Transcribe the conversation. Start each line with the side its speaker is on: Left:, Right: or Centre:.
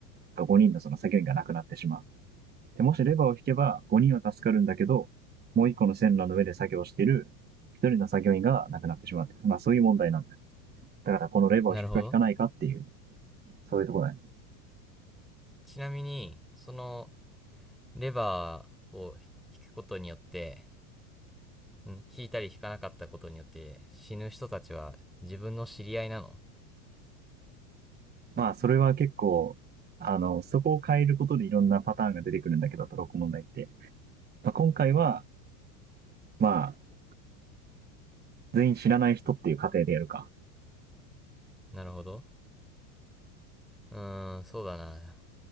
Right: 5人のその作業員が亡くなってしまう。で、もしレバーを引けば5人は助かるんだけど、もう1個の線路の上で作業している1人の作業員が亡くなってしまうまあそういう問題なんだよ。だからこのレバーを引くか引かないかっていう、
Centre: なるほど。
Right: そういうところだね。
Centre: ちなみにそのレバーを引くことによって引いたり引かなかったことによって死ぬ人たちは自分の知り合いなの
Right: まあそれは結構、あの、そこを変えることでいろんなパターンが出てくるんだけど、トロッコ問題って。まあ、今回は、まあ、全員知らない人っていう過程でやるか。
Centre: なるほどうーんそうだな